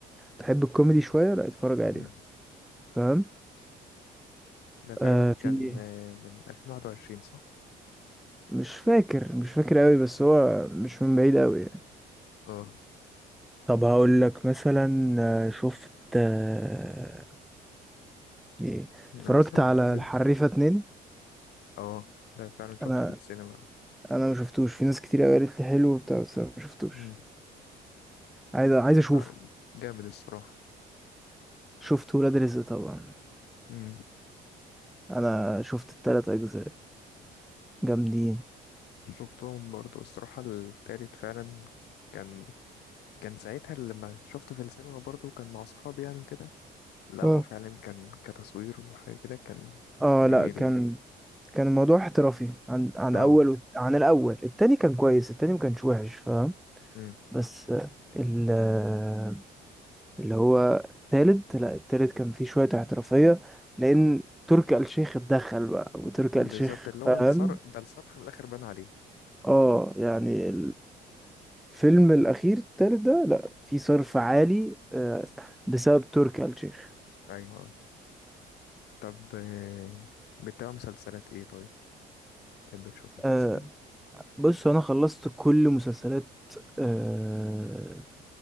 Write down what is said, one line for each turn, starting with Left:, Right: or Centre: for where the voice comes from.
Centre: تحب الكوميدي شوية لا اتفرج عليه
Left: مم.
Centre: فاهم
Left: ده تقريبا
Centre: آه في
Left: كان آه، من 2021 صح
Centre: مش فاكر مش فاكر قوي بس هو مش من بعيد قوي يعني
Left: اه
Centre: طب هقول لك مثلا آه، شفت آه، ايه
Left: انا
Centre: اتفرجت
Left: مثلا بحب
Centre: على
Left: ال...
Centre: الحريفة اتنين
Left: اه ده فعلا شفته
Centre: انا
Left: في السينما
Centre: انا ما شفتوش في ناس كتير قوي قالت لي حلو وبتاع بس انا ما شفتوش
Left: مم.
Centre: عايز عايز اشوفه
Left: لا، جامد الصراحه
Centre: شفت ولاد رزق طبعا
Left: مم.
Centre: انا شفت التلات اجزاء جامدين
Left: شفتهم برضه الصراحه التالت فعلا كان كان ساعتها لما شفته في السينما برضه كان مع اصحابي يعني وكده لا هو
Centre: اه
Left: فعلا كان كتصوير وحاجه كده كان
Centre: اه
Left: جميل
Centre: لا كان
Left: يعني
Centre: كان الموضوع احترافي عن عن
Left: اه
Centre: اول وت- عن الاول التاني كان كويس التاني ما كانش وحش فاهم
Left: امم
Centre: بس آه، ال آه، اللي هو التالت لا التالت كان فيه شوية احترافية لان تركي آل الشيخ اتدخل بقى وتركي
Left: بالظبط
Centre: آل الشيخ
Left: اللي هو
Centre: فاهم
Left: الصرف ده الصرف من الاخر بان عليه
Centre: اه يعني فيلم الأخير التالت ده لأ في صرف عالي آه، بسبب تركي آل الشيخ
Left: ايوه آه. طب آه، بتتابع مسلسلات ايه طيب بتحب تشوف مسلسلات
Centre: آه، بص أنا خلصت كل مسلسلات آه،